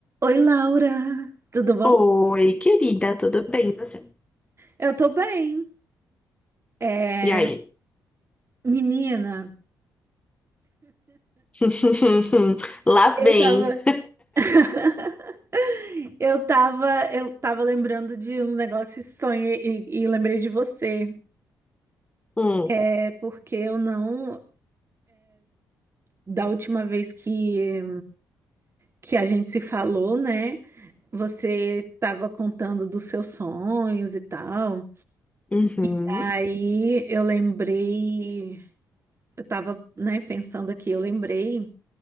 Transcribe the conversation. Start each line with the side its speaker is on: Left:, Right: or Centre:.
Right: Oi, Laura, tudo bom?
Left: Oi, querida, tudo bem? E você?
Right: Eu tô bem. É,
Left: E aí?
Right: menina,
Left: <laughs> Lá
Right: eu
Left: vem.
Right: tava,
Left: <laughs>
Right: <laughs> eu tava, eu tava lembrando de um negócio e sonhei e, e lembrei de você.
Left: Hum,
Right: É porque eu não, da última vez que que a gente se falou, né? Você tava contando dos seus sonhos e tal.
Left: uhum.
Right: Aí eu lembrei, eu tava, né, pensando aqui, eu lembrei.